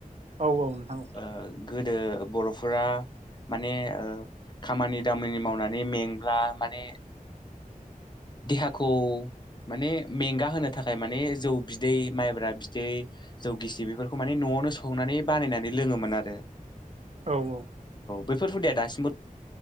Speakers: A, on the right; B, on the left.
A: औ औ नोंथां औ
B: ओ गोदो बर'फोरा माने औव खामानि दामानि मावनानै मेंब्ला माने देहाखौ माने मेंगा होनो थाखाय माने जौ बिदै माइब्रा बिदै जौ गिसि बेफोरखौ माने न'आव न'आवनो संनानै बानायनानै लोङोमोन आरो
A: औ औ।
B: बेफोर हुदाया दासिमबो